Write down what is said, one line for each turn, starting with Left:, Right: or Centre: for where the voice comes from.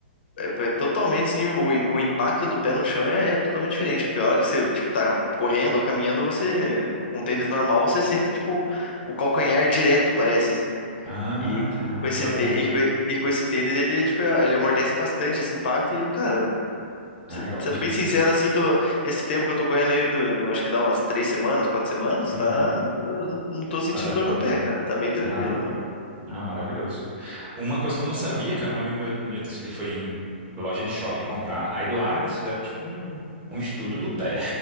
Left: É, é totalmente sim, o, o impacto do pé no chão é, é totalmente diferente. Porque a hora que você, tipo, tá correndo ou caminhando, você, com um tênis normal, você sente, tipo, o calcanhar direto, parece, assim, né?
Right: Ah,
Left: E
Right: tá.
Left: com esse,
Right: Que legal.
Left: tê- e com, e- e com esse tênis, ele, tipo, é, ele amortece bastante esse impacto. E, cara, se-
Right: Ah, é ótimo.
Left: sendo bem sincero, assim, tô, esse tempo que eu tô correndo aí, do, eu acho que dá umas três semanas, quatro semanas,
Right: Uhum.
Left: tá? Eu não não tô sentindo
Right: Adaptou,
Left: dor no pé,
Right: né?
Left: cara. Tá bem tranquilo,
Right: Ah,
Left: né?
Right: não, maravilhoso. Uma coisa que eu não sabia, cara, um amigo meu, um dia desse, ele foi em loja de shopping comprar. Aí lá eles fizeram tipo um, um estudo do pé.